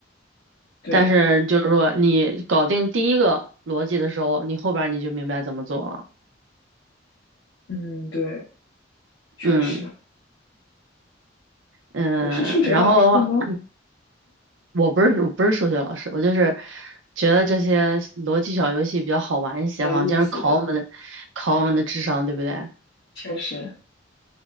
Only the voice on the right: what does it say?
但是就是说你搞定第一个逻辑的时候，你后边儿你就明白怎么做了。
嗯嗯，
然后的话，我不是我不是数学老师，我就是觉得这些逻辑小游戏比较好玩一些哈，
这样考我们的考我们的智商，对不对？